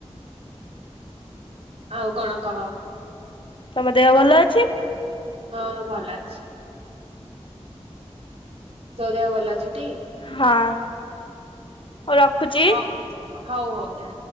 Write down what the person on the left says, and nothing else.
ତମ ଦେହ ଭଲ ଅଛି?
ହଁ ହଉ ରଖୁଛି।